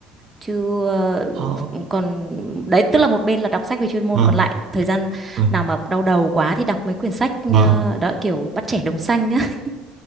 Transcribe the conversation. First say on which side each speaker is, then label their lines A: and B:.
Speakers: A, on the right; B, on the right.
A: Chứ ờ,
B: Ờ,
A: còn đấy tức là một bên là đọc sách về chuyên môn,
B: ờ,
A: còn lại thời gian
B: ờ,
A: nào mà đau đầu quá thì đọc mấy quyển sách
B: Vâng.
A: ờ, đó kiểu bắt trẻ đồng xanh á. <laughs>